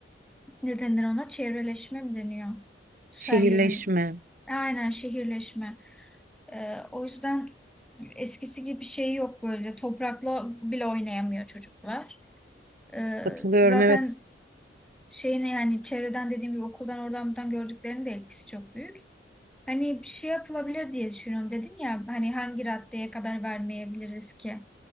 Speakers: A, in the centre; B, on the right.
A: ne denir ona? Çevreleşme mi deniyor?
B: Şehirleşme.
A: Her yerin. Aynen şehirleşme. Ee, o yüzden eskisi gibi bir şey yok böyle. Toprakla bile oynayamıyor çocuklar. Ee,
B: Katılıyorum
A: zaten
B: evet.
A: şeyini yani çevreden dediğim gibi okuldan oradan buradan gördüklerinin de etkisi çok büyük. Hani bir şey yapılabilir diye düşünüyorum dedin ya hani hangi raddeye kadar vermeyebiliriz ki?